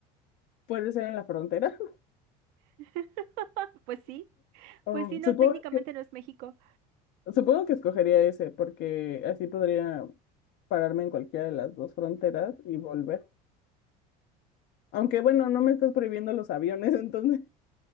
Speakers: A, on the left; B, on the right.
A: Puede ser en la frontera. <laughs>
B: <laughs> Pues sí,
A: Um,
B: pues sí, no,
A: supongo
B: técnicamente
A: que,
B: no es México.
A: supongo que escogería ese, porque así podría pararme en cualquiera de las dos fronteras y volver. Aunque bueno, no me estás prohibiendo los aviones, <laughs> entonces,